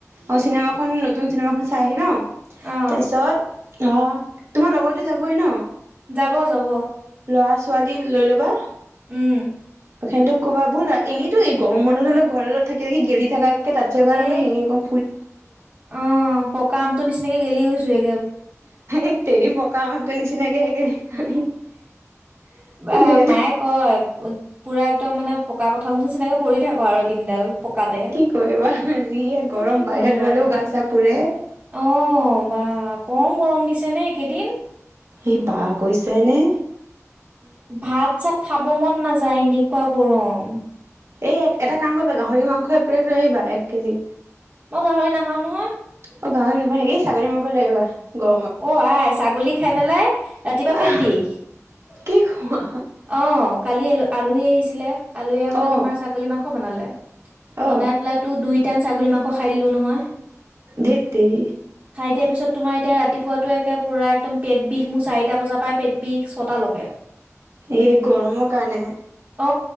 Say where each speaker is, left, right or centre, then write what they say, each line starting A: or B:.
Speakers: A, on the right; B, on the right.
A: অ চিনেমাখন নতুন চিনেমাখন চাই আহি লওঁ।
B: অ'
A: তাৰপিছত অ তোমাৰ লগৰটো যাবই ন?
B: যাব যাব।
A: ল'ৰা ছোৱালী লৈ ল'বা।
B: উম।
A: প্ৰখেনতক ক'বা বলা এনেইটো এই গৰম বন্ধ ডালত ঘৰ ডালত থাকি থাকি গেলি থাকাত- তাতছে <unintelligible>
B: এ
A: আমি হেৰি ক
B: অ পকা আমটো নিচিনাকে গেলি- লি গৈছোৱে
A: এ তেৰি পকা আমটোৰ নিচি- চিনাকে দে
B: বা
A: দে
B: মায়ে কয় পুৰা একদম মানে পকা কঁঠালটোৰ নিচিনাকে পৰি থাক আৰু দিনডাল। পকাতে
A: কি কৰিবা যিহে
B: তাৰপিছত
A: গৰম
B: কি
A: বাহিৰত
B: কৰিম
A: ওলালেও
B: আৰু
A: গা চা পুৰে।
B: অ বা কম গৰম দিছে নে? একেইদিন
A: ই বাহ কৈছানে?
B: ভাত চাত খাব মন নাযায় এনেকুৱা গৰম।
A: এই এটা কাম কৰিবা গাহৰি মাংস এক পিলেট লৈ আহিবা এক কেজি।
B: মই গাহৰি নাখাওঁ নহয়।
A: অ গাহৰি নোখোৱা নেকি? ছাগলী মাংস লৈ আহিবা ই।
B: অ আই ছাগলী খাই পেলাই ৰাতিপুৱা পেটবিষ।
A: আহ কি খোৱা
B: অহ কালি আলহী আহিছিলে। আলহী আহোতে
A: অ
B: তোমাৰ ছাগলী মাংস বনালে। বনাই
A: অ
B: পেলাতো দুই।। টাইম ছাগলী মাংস খাই দিলো নহয়।
A: ধেত তেৰি।
B: তাৰ পিছত তোমাৰ এতিয়া।। ৰাতিপুৱাতো একে পুৰা একদম পেট বিষ মোৰ চাৰিটা বজাৰ পৰাই পেট বিষ। ছটালৈকে
A: এই গৰমৰ কাৰণেহে।
B: অ